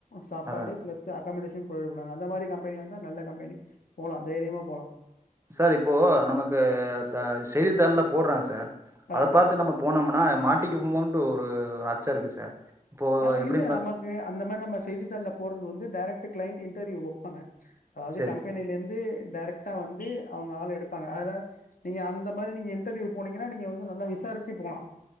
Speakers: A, on the left (about 70°); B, on the right (about 20°).
A: சாப்பாடு
B: அதான்.
A: பிளஸ் அக்காமடேஷன் புரைவைட் பண்ணுவாங்க அந்த மாரி கம்பெனி வந் தா நல்ல கம்பெனி போலா தைரியமா போலா
B: சார் இப்போ நமக்கு செய்தித்தாள்ல போட்றாங்க சார்
A: ஆ
B: அத பாத்து நம்ம போனம்னா மாட்டிக்குவோமோனுட்டு ஒரு அச்சோ இருக்கு சார் இப்போ
A: ஆ
B: எப்படின்னு
A: இல்ல
B: பார்த்து
A: நமக்கு அந்த மாரி நம்ம செய்தித்தாள்ல போட்றது வந்து டைரக்ட் கிளைண்ட் இன்டர்வியூ வைப்பாங்க அது
B: சரிங்க
A: கம்பெனில
B: சார்.
A: இருந்து டேரெக்ட்டா வந்து அவங்க ஆள் எடுப்பாங்க அதுனால நீங்க அந்த மாரி நீங்க இன்டர்வியூ போனீங்கன்னா நீங்க வந்து நல்லா விசாரிச்சி போலா